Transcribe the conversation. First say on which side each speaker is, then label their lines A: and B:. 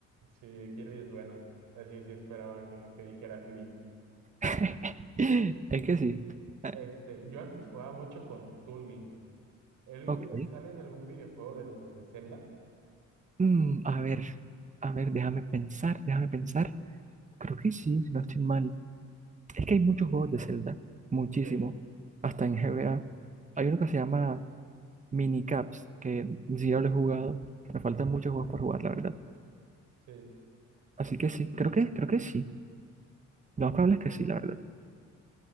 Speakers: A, on the right (about 85°); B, on the right (about 25°).
A: Sí, Kirby es bueno. Así sí sí, esperaba que, que dijeras Link.
B: <laughs> Es que sí. Ah,
A: Este, yo antes jugaba mucho con Toon Link. ¿Él
B: Ok.
A: sale en algún videojuego de los de Zelda?
B: Mm, a ver, a ver, déjame pensar, déjame pensar. Creo que sí, si no estoy mal. Es que hay muchos juegos de Zelda, muchísimo.
A: Ok,
B: Hasta en GBA. Hay uno que se llama Minicaps, que ni siquiera lo he jugado. Me faltan muchos juegos por jugar, la verdad.
A: sí,
B: Así que sí, creo que, creo que sí. Lo
A: ok.
B: más probable es que sí, la verdad.